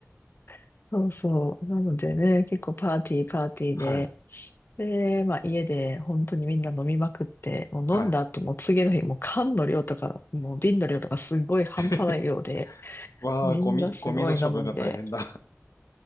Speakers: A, on the left; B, on the left.
A: <laughs> そうそう。なのでね、結構パーティーパーティーで、
B: はい、
A: で、まあ家で本当にみんな飲みまくって、もう飲んだ後も次の日もう缶の量とか、
B: はい。
A: もう瓶の量とかすごい半端ない量で、
B: <laughs> わあ、
A: みんなすごい飲むんで。
B: ゴミ、ゴミの処分が大変だ。